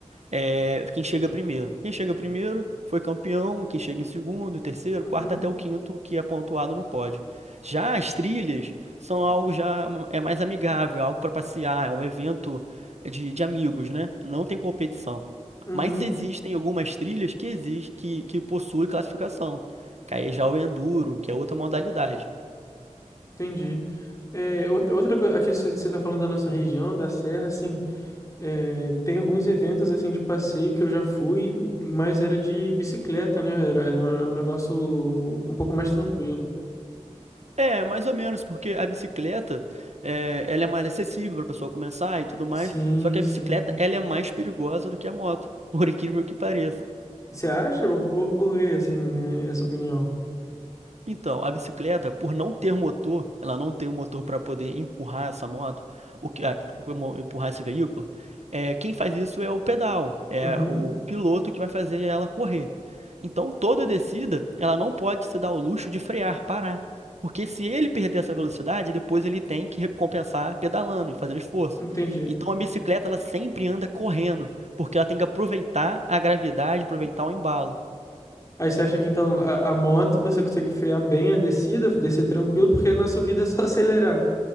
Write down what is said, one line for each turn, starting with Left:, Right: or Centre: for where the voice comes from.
Right: é quem chega primeiro. Quem chega primeiro foi campeão, quem chega em segundo, terceiro,
Left: Uhum.
Right: quarto até o quinto, que é pontuado no pódio. Já as trilhas são algo já hum, é mais amigável, é algo para passear, é um evento de, de amigos, né? Não tem competição.
Left: Uhum.
Right: Mas existem algumas trilhas que existe, que, que possuem classificação que aí já é o enduro, que é outra modalidade.
Left: Entendi. É, outra, outra coisa, aqui você está falando da nossa região, da Serra, assim, é, tem alguns eventos, assim, de passeio que eu já fui, mas era de bicicleta, né? Era, é um é um negócio um pouco mais tranquilo.
Right: É, mais ou menos, porque a bicicleta, é, ela é mais acessível para a pessoa começar e tudo mais,
Left: Sim,
Right: só que a
Left: sim.
Right: bicicleta, ela é mais perigosa do que a moto, <laughs> por incrível que pareça.
Left: Você acha? Por, por que, assim, essa opinião?
Right: Então, a bicicleta, por não ter motor, ela não tem um motor para poder empurrar essa moto, o que, ah, mo- empurrar esse veículo. É, quem faz isso é o pedal, é
Left: Uhum,
Right: o piloto que vai fazer ela correr. Então, toda descida, ela não pode se dar o luxo de frear, parar, porque se ele perder essa velocidade, depois ele tem que recompensar pedalando e fazendo esforço.
Left: entendi.
Right: Então, a bicicleta, ela sempre anda correndo, porque ela tem que aproveitar a gravidade, aproveitar o embalo.
Left: Aí você acha que, então, a, a moto você consegue frear bem a descida, descer tranquilo, porque na subida é só <laughs> acelerar.